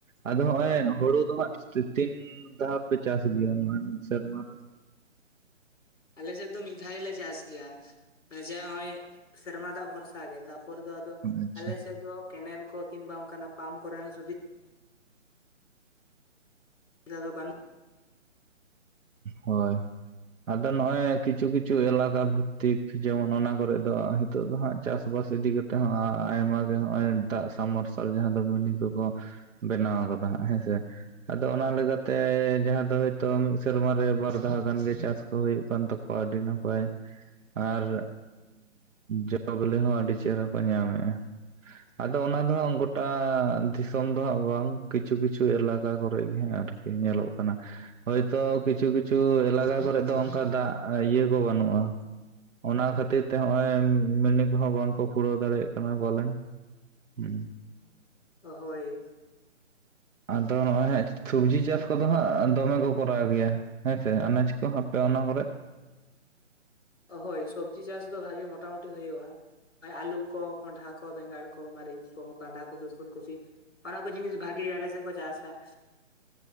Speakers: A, on the right; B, on the left.
A: ᱟᱫᱚ ᱦᱚᱸᱜᱼᱚᱭ ᱦᱩᱲᱩ ᱫᱚ ᱦᱟᱸᱜ ᱛᱤᱱ ᱫᱷᱟᱣ ᱯᱮ ᱪᱟᱥ ᱜᱮᱭᱟ ᱱᱚᱣᱟ ᱢᱤᱫ ᱥᱮᱨᱢᱟ ᱨᱮ?
B: ᱟᱞᱮ ᱥᱮᱫ ᱫᱚ ᱢᱤᱫ ᱫᱷᱟᱣ ᱜᱮᱞᱮ ᱪᱟᱥ ᱜᱮᱭᱟ ᱢᱟᱱᱮ ᱡᱮ ᱦᱚᱸᱜᱼᱚᱭ ᱥᱮᱨᱢᱟ ᱫᱟᱜ ᱵᱷᱚᱨᱥᱟᱜ ᱜᱮ ᱛᱟᱯᱚᱨ ᱫᱚ ᱟ ᱫᱚ
A: ᱟᱪᱪᱷᱟ
B: ᱟᱞᱮ ᱥᱮᱫ ᱫᱚ ᱠᱮᱱᱮᱞ ᱠᱚ ᱠᱤᱱᱵᱟ ᱚᱱᱠᱟᱱᱟᱜ ᱯᱟᱢᱯ ᱠᱚᱨᱮᱱᱟᱜ ᱥᱩ <inaudible>
A: ᱦᱳᱭ ᱟᱫᱚ ᱱᱚᱜᱼᱚᱭ ᱠᱤᱪᱷᱩ ᱠᱤᱪᱷᱩ ᱮᱞᱟᱠᱟ ᱵᱷᱤᱛᱛᱤᱠ ᱡᱮᱢᱚᱱ ᱚᱱᱟ ᱠᱚᱨᱮᱜ ᱫᱚ ᱦᱤᱛᱚᱜ ᱫᱚ ᱦᱟᱸᱜ ᱪᱟᱥᱵᱟᱥ ᱤᱫᱤ ᱠᱟᱛᱮᱫ ᱦᱚᱸ ᱟᱭᱢᱟ ᱜᱮ ᱦᱚᱸᱜᱼᱚᱭ ᱫᱟᱜ ᱥᱟᱢ ᱢᱟᱨᱥᱟᱞ ᱡᱟᱦᱟᱸ ᱫᱚ ᱢᱤᱱᱤ ᱠᱚᱠᱚ ᱵᱮᱱᱟᱣ ᱠᱟᱫᱟ ᱦᱟᱸᱜ ᱦᱮᱸ ᱥᱮ ᱟᱫᱚ ᱚᱱᱟ ᱞᱮᱠᱟᱛᱮ ᱡᱟᱦᱟᱸ ᱫᱚ ᱦᱳᱭᱛᱳ ᱢᱤᱫ ᱥᱮᱨᱢᱟ ᱨᱮ ᱵᱟᱨ ᱫᱷᱟᱣ ᱜᱟᱱ ᱜᱮ ᱪᱟᱥ ᱠᱚ ᱦᱩᱭᱩᱜ ᱠᱟᱱ ᱛᱟᱠᱚᱣᱟ ᱟᱹᱰᱤ ᱱᱟᱯᱟᱭ ᱟᱨ, ᱡᱚ ᱵᱮᱞᱮ ᱦᱚᱸ ᱟᱹᱰᱤ ᱪᱮᱦᱨᱟ ᱠᱚ ᱧᱟᱢᱮᱫᱼᱟ᱾ ᱟᱫᱚ ᱚᱱᱟ ᱫᱚ ᱦᱟᱸᱜ ᱜᱚᱴᱟ ᱫᱤᱥᱚᱢ ᱫᱚ ᱦᱟᱸᱜ ᱵᱟᱝ ᱠᱤᱪᱷᱩ ᱠᱤᱪᱷᱩ ᱮᱞᱟᱠᱟ ᱠᱚᱨᱮᱜ ᱜᱮ ᱦᱟᱸᱜ ᱟᱨ ᱠᱤ ᱧᱮᱞᱚᱜ ᱠᱟᱱᱟ ᱦᱳᱭᱛᱚ ᱠᱤᱪᱷᱩ ᱠᱤᱪᱷᱩ ᱮᱞᱟᱠᱟ ᱠᱚᱨᱮᱜ ᱫᱚ ᱚᱱᱠᱟ ᱫᱟᱜ ᱤᱭᱟᱹ ᱠᱚ ᱵᱟᱹᱱᱩᱜᱼᱟ᱾ ᱚᱱᱟ ᱠᱷᱟᱹᱛᱤᱨ ᱛᱮ ᱦᱚᱸᱜᱼᱚᱭ ᱢᱤᱱᱤ ᱠᱚᱦᱚᱸ ᱵᱟᱝᱠᱚ ᱯᱷᱩᱲᱟᱹᱣ ᱫᱟᱲᱮᱭᱟᱜ ᱠᱟᱱᱟ ᱯᱟᱞᱮᱱ᱾ ᱦᱩᱸ᱾
B: ᱚ ᱦᱳᱭ᱾
A: ᱟᱫᱚ ᱱᱚᱜᱼᱚᱭ ᱦᱟᱸᱜ ᱥᱚᱵᱡᱤ ᱪᱟᱥ ᱠᱚᱫᱚ ᱦᱟᱸᱜ ᱫᱚᱢᱮ ᱠᱚ ᱠᱚᱨᱟᱣ ᱜᱮᱭᱟ, ᱦᱮᱸᱥᱮ ᱟᱱᱟᱡ ᱠᱚ, ᱟᱯᱮ ᱚᱱᱟ ᱠᱚᱨᱮᱜ?
B: ᱦᱳᱭ ᱥᱚᱵᱽᱡᱤ ᱪᱟᱥ ᱫᱚ ᱵᱷᱟᱜᱮ ᱢᱚᱴᱟᱢᱩᱴᱤ ᱦᱩᱭᱩᱜᱼᱟ᱾ ᱟᱭ ᱟᱹᱞᱩ ᱠᱚ, ᱠᱚᱸᱰᱷᱟ ᱠᱚ, ᱵᱮᱸᱜᱟᱲ ᱠᱚ, ᱢᱟᱹᱨᱤᱪ ᱠᱚ, ᱵᱟᱸᱫᱷᱟ ᱠᱚᱯᱤ, ᱯᱷᱩᱞ ᱠᱚᱯᱤ ᱚᱱᱟ ᱠᱚ ᱡᱤᱱᱤᱥ ᱵᱷᱟᱜᱮ ᱜᱮ ᱚᱞᱮ ᱥᱮᱜ ᱠᱚ ᱪᱟᱥᱼᱟ᱾